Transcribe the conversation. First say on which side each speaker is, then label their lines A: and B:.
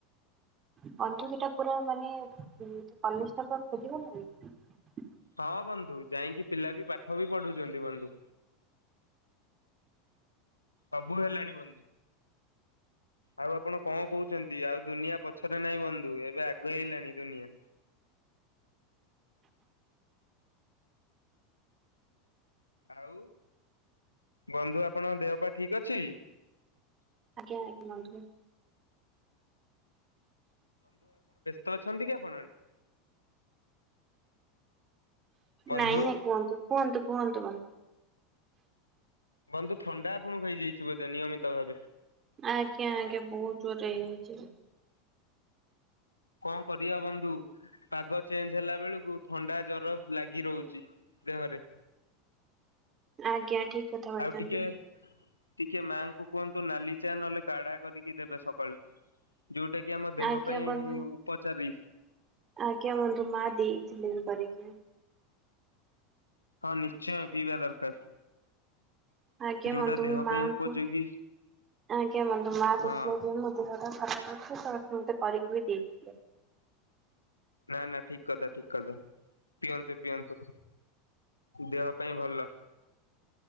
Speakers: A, on the right; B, on the left.
A: ବନ୍ଧୁ ସେଟା ପୁରା ମାନେ କଲେଜ ଟା ପ ଖୋଲିବ ନା ନାହିଁ।
B: ହଁ ବନ୍ଧୁ ଯାଇଁକି ପିଲା ବି ପାଠ ପାଠ ବି ପଢୁଛନ୍ତି ବନ୍ଧୁ। ସବୁ <unintelligible> ହେଲାଣି ବନ୍ଧୁ। ଆଉ ଆପଣ କଣ କହୁଛନ୍ତି ଆଉ ଦୁନିଆ ପଛରେ ନାହିଁ ବନ୍ଧୁ ଏବେ ଆଗେଇଇଲାଣି ଦୁନିଆ ଆଉ ବନ୍ଧୁ ଆପଣଙ୍କ ଦେହ ପା ଠିକ ଅଛି?
A: ଆଜ୍ଞା <unintelligible> ବନ୍ଧୁ।
B: ତ ଅଛନ୍ତି କି ଆପଣ ବନ୍ଧୁ
A: ନାଇଁ ନାଇଁ କୁହନ୍ତୁ କୁହନ୍ତୁ କୁହନ୍ତୁ ବନ୍ଧୁ।
B: ବନ୍ଧୁ ଥଣ୍ଡା ଆପଣଙ୍କୁ ହେଇଯାଇଛି ବୋଧେ ନିୟମିତ ଭାବେ?
A: ଆଜ୍ଞା ଆଜ୍ଞା ବହୁତ୍ ଜୋରେ ହେଇଯାଇଛି।
B: କଣ କରିଆ ବନ୍ଧୁ ପାଗ ଚେଞ୍ଜ ହେଲା ବେଳକୁ ଥଣ୍ଡା ଜର ଲାଗି ରହୁଛି ଦେହରେ।
A: ଆଜ୍ଞା ଠିକ୍ କଥା କହିଛନ୍ତି।
B: ଆଉ ଟିକେ ଟିକେ ମାଆଙ୍କୁ କୁହନ୍ତୁ ନାଲି ଚା ନହେଲେ କାଢା କରିକି ଦେବେ ସକାଳୁ। ଯୋଉଟା କି ଆମ ଦେହ
A: ଆଜ୍ଞା
B: ପାଇଁ
A: ବନ୍ଧୁ
B: ଉପଚାରୀ।
A: ଆଜ୍ଞା ବନ୍ଧୁ, ମା ଦେଇଥିଲେ କରିକି।
B: ହଁ ନିଶ୍ଚୟ ପିଇବା ଦରକାର।
A: ଆଜ୍ଞା
B: ଯୋଉଟା
A: ବନ୍ଧୁ
B: ଦେହ
A: ମୁଁ ମାଙ୍କୁ
B: ପାଇଁ ଉପଯୋଗୀ
A: ଆଜ୍ଞା ବନ୍ଧୁ ମା
B: ହଁ
A: ଦେଖିଲେ ମୋ ଦେହ ଟା ଖରାପ ଅଛି ତ ମତେ କରିକି ବି ଦେଇଥିଲେ।
B: ନା ନା ଠିକ କଥା ଠିକ କଥା ପିଅନ୍ତୁ ପିଅନ୍ତୁ ଦେହ ପାଇଁ ଭଲ।